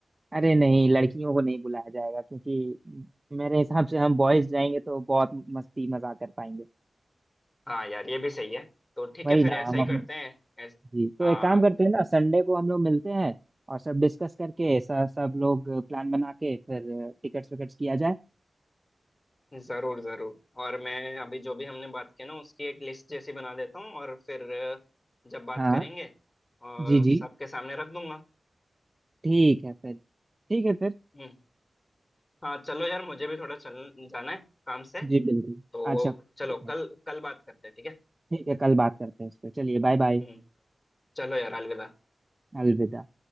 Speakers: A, on the right; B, on the left.
A: अरे नहीं लड़कियों को नहीं बुलाया जाएगा क्योंकि मेरे हिसाब से हम बॉयज जाएंगे तो बहुत मस्ती मजाक कर पाएंगे
B: हाँ यार ये भी सही है तो ठीक
A: वही
B: है फिर
A: ना
B: ऐसा
A: हम
B: ही
A: अपने
B: करते हैं ऐस,
A: जी तो
B: हाँ
A: एक काम करते हैं ना संडे को हम लोग मिलते हैं और सब डिस्कस करके सब सब लोग प्लान बना के फिर टिकट्स विकट्स किया जाए
B: जरूर जरूर और मैं अभी जो भी हमने बात की ना उसकी एक लिस्ट जैसी बना देता हूँ और फिर अ, जब बात
A: हाँ
B: करेंगे और
A: जी जी
B: सबके सामने रख दूंगा
A: ठीक है फिर ठीक है फिर
B: हम्म हाँ चलो यार मुझे भी थोड़ा चल जाना है काम से
A: जी बिल्कुल
B: तो
A: अच्छा ठीक
B: चलो
A: है
B: कल कल बात करते हैं ठीक है
A: ठीक है कल बात करते हैं इस पे चलिए बाय बाय
B: हम्म चलो यार अलविदा
A: अलविदा